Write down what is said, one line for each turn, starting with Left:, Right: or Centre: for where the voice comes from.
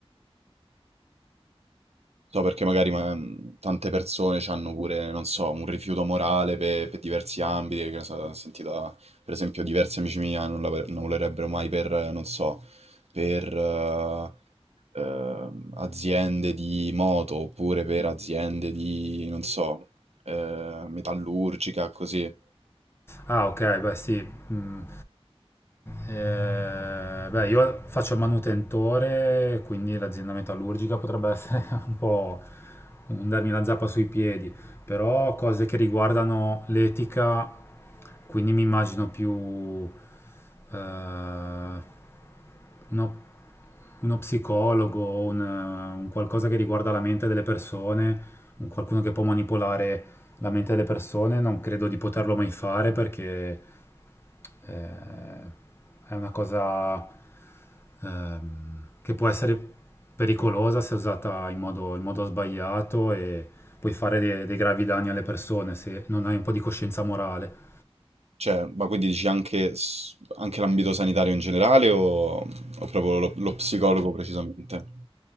Right: So perché magari ma- mm, tante persone hanno pure, non so, un rifiuto morale per, per diversi ambiti, che ne so, ho sentito, per esempio, diversi amici miei non, lavo- non lavorerebbero mai per, non so, per, eh, ehm, aziende di moto oppure per aziende di, non so, eh, metallurgica, così.
Left: Ah, ok, beh, sì. mm. Eh, beh, io faccio il manutentore, quindi l'azienda metallurgica potrebbe essere <laughs> un po' un darmi la zappa sui piedi, però cose che riguardano l'etica, quindi mi immagino più... eh, uno, uno psicologo, un, un qualcosa che riguarda la mente delle persone, un qualcuno che può manipolare la mente delle persone, non credo di poterlo mai fare perché eh, è una cosa ehm, che può essere pericolosa se usata in modo, in modo sbagliato e puoi fare de- dei gravi danni alle persone se non hai un po' di coscienza morale.
Right: Cioè, ma quindi dici anche, s- anche l'ambito sanitario in generale o, o proprio lo, lo psicologo precisamente?